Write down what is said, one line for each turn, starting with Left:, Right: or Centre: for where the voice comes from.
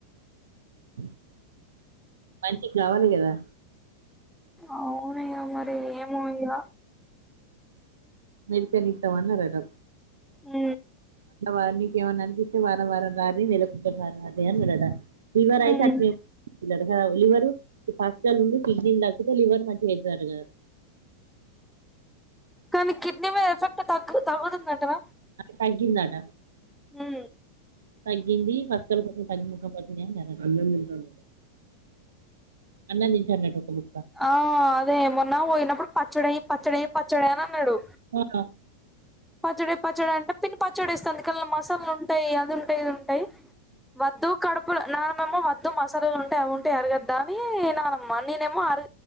Right: <inaudible> ఇ గావాలి గదా
Centre: అవున్ ఇగ మరి ఏమో ఇగ
Right: మెడిసిన్ ఇత్తం అన్నరట.
Centre: ఉ
Right: అ నీకుమైనా అనిపితే వారవారం రార్రి నెలకి ఒకసారి రార్రి అనరట. ఫీవర్
Centre: మ్మ్
Right: అయితే అట్లే బ్లడ్ కావ్ లివర్ పస్కలు ఉండి కిడ్నీలు తక్కితే లివర్ మంచిగా అయితది అంటగాద. <inaudible>
Centre: కానీ కిడ్నీ మీద ఎఫెక్ట్ తగ్ తగ్గుతుందంటవ
Right: అది తగ్గిందట
Centre: మ్మ్
Right: తగ్గింది పస్కలు కొంచం తగ్గుముఖం ఏం జేత్తాండు అన్నం తింటాండు, అన్నం తింటాడంట బు
Centre: ఆ అదేమొన్న పోయినప్పుడు పచ్చడేయ్, పచ్చడేయ్, పచ్చడేయ్ అని అన్నడు.
Right: అవున
Centre: పచ్చడయ్ పచ్చడయ్ అంటే పిన్ని పచ్చడి ఏస్తుంది. కల్ మసల్లు ఉంటయ్ అదిఉంటయ్, ఇదిఉంటయ్ వద్దు కడుపుల న ఏమో వద్దు మసాలలు ఉంటయ్, అవి ఉంటయ్ అరగొద్ద అని నానమ్మ నేన్ ఏమో అర్